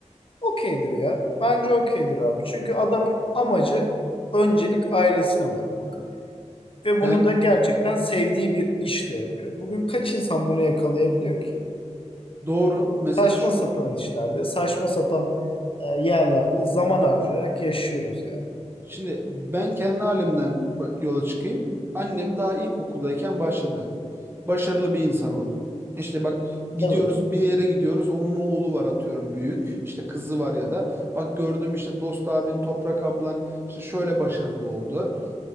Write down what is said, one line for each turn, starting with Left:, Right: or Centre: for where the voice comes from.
Left: Okeydir ya. Bence okeydir abi. Çünkü adamın amacı öncelik ailesine bakmak. Ve
Right: Yani
Left: bunu da gerçekten sevdiği bir işte yapıyor. Bugün kaç insan bunu yakalayabiliyor ki?
Right: doğru. Mesela
Left: Saçma
Right: şu
Left: sapan işlerde, saçma sapan e, yerlerde zaman harcayarak yaşıyoruz yani.
Right: Şimdi ben kendi halimden ba- yola çıkayım. Annem daha ilkokuldayken başladı. Başarılı bir insan ol. İşte bak gidiyoruz
Left: Tabii.
Right: bir yere gidiyoruz. Onun oğlu var atıyorum büyük. İşte kızı var ya da. Bak gördüm işte Dost abin, Toprak ablan işte şöyle başarılı oldu.